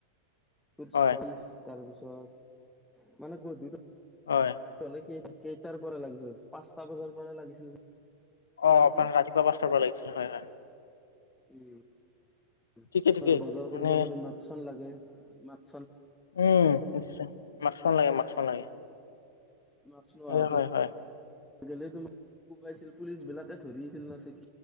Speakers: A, in the centre; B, on the left (about 65°).
A: <unintelligible>
B: হয় হয়
A: কেই-কেই কেইটাৰ পৰা লাগিছিল? পাঁচটা বজাৰ পৰা লাগিছিল।
B: অ',
A: নেকি।
B: আপোনাক ৰাতিপুৱা পাঁচটাৰ পৰা লাগিছিলে। হয়, হয়।
A: উ'ম।
B: ঠিকে ঠিকেই
A: বজাৰ
B: মানে
A: কৰিব গলে মাক্সখন লাগে। মাক্স
B: উ'ম। নিশ্চয়! মাক্সখন লাগে, মাক্সখন লাগে।
A: মাক্স নোহোৱাকে
B: হয়, হয়, হয়
A: গ'লে তোমাক কোবাই ছিল। পুলিচ বিলাকে ধৰি আছিল ন চেকিং।